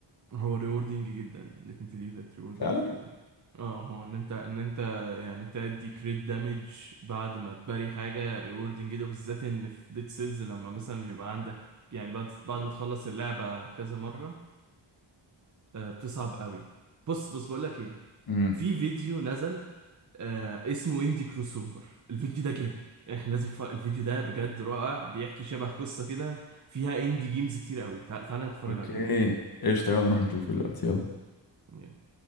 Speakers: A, on the right; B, on the left.
A: هو ريوردينج جدا let me tell you that ريوردينج
B: فعلا
A: جدا اه هو ان انت ان انت يعني تأدي كريت دامج بعد ما تباري حاجة ريوردينج جدا بالذات ان في ديد سيلز لما مثلا بيبقى عندك يعني بعد بعد ما تخلص اللعبة كذا مرة آه بتصعب قوي بص بص بقول لك ايه
B: امم
A: في فيديو نزل آه اسمه اندي كروسوفر الفيديو ده جامد احنا لازم ف... الفيديو ده بجد رائع بيحكي شبه قصة كده فيها اندي جيمز كتير قوي تعال تعال نتفرج
B: اوكي
A: على الفيديو
B: ايش تعال نروح نشوفه دلوقتي يلا
A: ده